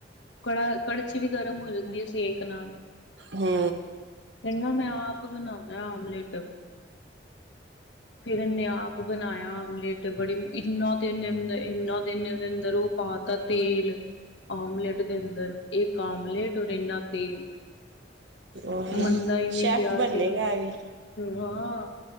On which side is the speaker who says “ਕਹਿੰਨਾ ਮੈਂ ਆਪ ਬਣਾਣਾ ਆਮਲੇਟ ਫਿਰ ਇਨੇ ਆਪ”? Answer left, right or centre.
Left